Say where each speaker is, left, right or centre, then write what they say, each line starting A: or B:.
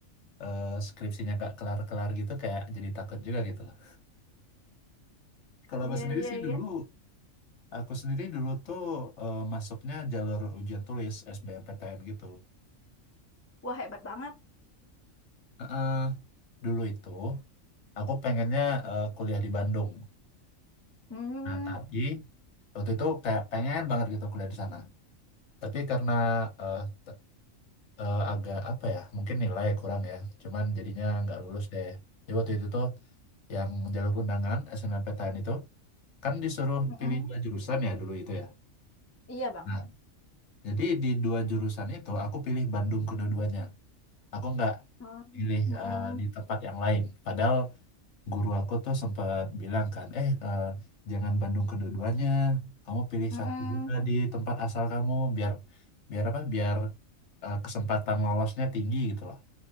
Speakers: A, on the left; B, on the left.
A: eh, skripsinya gak kelar-kelar gitu, kayak jadi takut juga gitu loh. Kalau
B: Iya,
A: aku sendiri
B: iya,
A: sih
B: iya.
A: dulu Aku sendiri dulu tuh eh, masuknya jalur ujian tulis SBMPTN gitu.
B: Wah, hebat banget.
A: Heeh, dulu itu aku pengennya eh, kuliah di Bandung.
B: Hmm.
A: Nah, tapi waktu itu kayak pengen banget gitu kuliah di sana. Tapi karena eh, t- eh, agak apa ya, mungkin nilai kurang ya. Cuman jadinya nggak lulus deh. Jadi waktu itu tuh yang jalur undangan SNMPTN itu kan disuruh
B: mm-mm.
A: pilih dua jurusan ya dulu itu ya.
B: Iya, Bang.
A: Nah, jadi di dua jurusan itu aku pilih Bandung kedua-duanya. Aku nggak
B: Oh,
A: pilih
B: mm-mm,
A: eh, di tempat yang lain. Padahal guru aku tuh sempat bilang kan, eh eh, jangan Bandung kedua-duanya, kamu pilih
B: mm-mm.
A: satu juga di tempat asal kamu biar biar apa? Biar eh, kesempatan lolosnya tinggi gitu loh.